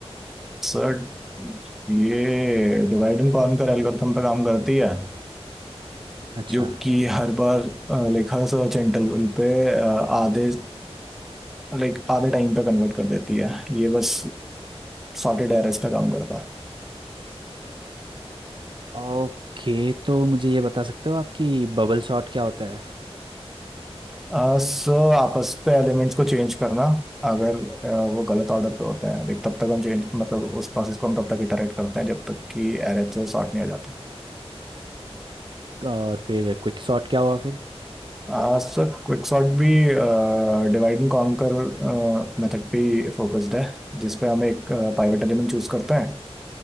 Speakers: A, in the centre; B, on the right.
A: सर ये डिवाइड एंड कॉन्कर एल्गोरिथम पे काम करती है
B: अच्छा
A: जो कि हर बार लाइक हर सर्च इंटरवल पे अ, आधे लाइक आधे टाइम पे कन्वर्ट कर देती है ये बस सॉर्टेड एरेस पे काम करता है
B: ओके तो मुझे ये बता सकते हो आपकी बबल शॉट क्या होता है
A: सो uh, so, आपस पे एलिमेंट्स को चेंज करना अगर अ, वो गलत ऑर्डर पे होते हैं लाइक तब तक हम चेंज मतलब उस प्रोसेस को हम तब तक इटरेट करते हैं जब तक कि एरे सॉर्ट नहीं हो जाता
B: और फिर क्विक शॉट क्या हुआ फिर
A: आ, सर क्विकसॉर्ट भी डिवाइड एंड कॉन्कर मेथड पे फोकस्ड है जिसपे हम एक पाइवेट एलिमेंट चूज करते हैं